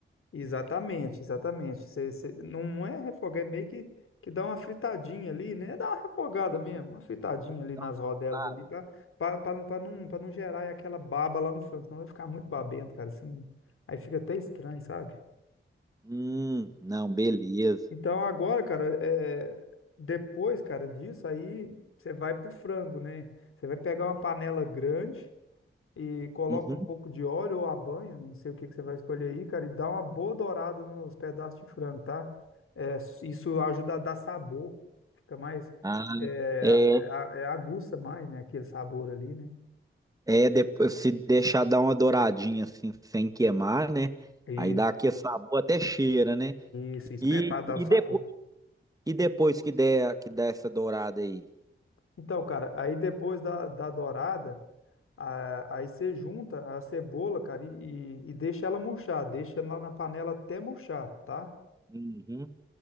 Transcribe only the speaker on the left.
Exatamente, exatamente. Você, você- não é refogar, é meio que, que dá uma fritadinha ali, né? Dá uma refogada
mesmo, uma fritadinha ali
nas rodelas
ali, pra, pra, pra, pra não, pra não gerar aquela baba lá no frango, senão vai ficar muito babento, cara. Assim, aí fica até estranho, sabe?
Então agora, cara, é, depois, cara, disso aí você vai pro frango, né? Você vai pegar uma panela grande e coloca
um pouco de óleo ou a banha, não sei o que que você vai escolher aí, cara, e dá uma boa dourada nos pedaços de frango, tá? É, isso ajuda a dar sabor, fica mais,
é,
a- é, aguça mais, né, aquele sabor ali, né?
Isso,
isso, isso
mesmo, para dar
o sabor.
Então, cara, aí depois da, da dourada Ah, Aí você junta a cebola, cara, e, e- e deixa ela murchar, deixa lá na panela até murchar, tá?